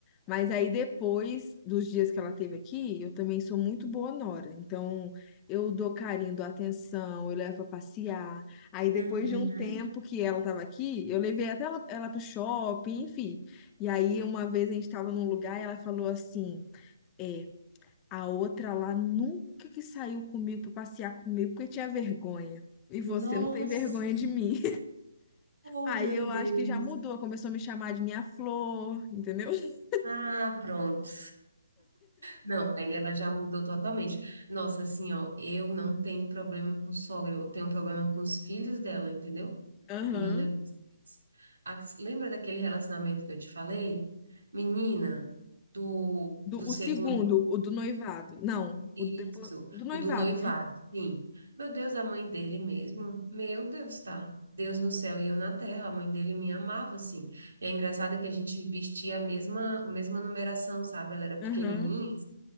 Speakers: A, on the left; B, on the right.
A: Mas aí depois dos dias que ela teve aqui, eu também sou muito boa nora. Então, eu dou carinho, dou atenção, eu levo pra passear. Aí depois
B: Uhum.
A: de um tempo que ela tava aqui, eu levei até ela, ela pro shopping, enfim. E aí uma vez a gente tava num lugar e ela falou assim: "É, a outra lá nunca que saiu comigo pra passear comigo porque tinha vergonha. E
B: Nossa,
A: você não tem vergonha de mim."
B: oh
A: Aí
B: meu
A: eu
B: Deus.
A: acho que já mudou, começou a me chamar de minha flor, entendeu? <laughs>
B: Ah, pronto. Não, aí ela já mudou totalmente. Nossa, assim, ó, eu não tenho problema com sogra, eu tenho problema com os filhos dela, entendeu?
A: Aham.
B: O meu negócio é esse. A- lembra daquele relacionamento que eu te falei? Menina, do,
A: Do,
B: do segundo.
A: o segundo, o do noivado. Não,
B: Isso,
A: o depois, do noivado,
B: o do noivado,
A: né?
B: sim. Meu Deus, a mãe dele mesmo. Meu Deus, tá? Deus no céu e eu na terra. A mãe dele me amava, assim. E é engraçado que a gente vestia a mesma, a mesma numeração, sabe? Ela era pequenininha.
A: Aham,